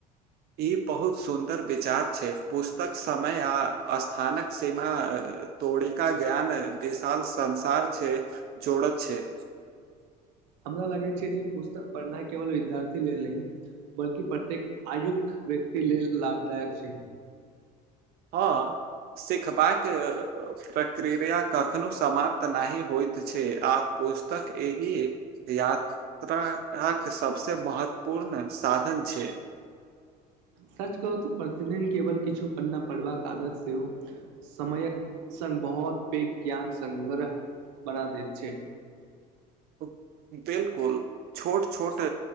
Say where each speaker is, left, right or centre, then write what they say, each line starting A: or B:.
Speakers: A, on the right; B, on the right.
A: ई बहुत सुन्दर विचार छै, पुस्तक समय आ स्थानक सीमा तोड़ि का ज्ञान विशाल संसार छै, जोड़त छै।
B: हमरा लागै छै जे पुस्तक पढ़नाय केवल विद्यार्थी लेल नहि बल्कि प्रत्येक आयुक व्यक्ति लेल लाभदायक छै।
A: हाँ सिखबाक प्रक्रिया कखनो समाप्त नहि होएत छै आ पुस्तक एहि यात्राक सबसे महत्वपूर्ण साधन छै।
B: सच कहू ते प्रतिदिन केवल किछु पन्ना पढ़बाक आदत सेहो समयक संग बहोत पैग ज्ञान संग्रह बना दैत छै।
A: उ बिलकुल छोट-छोट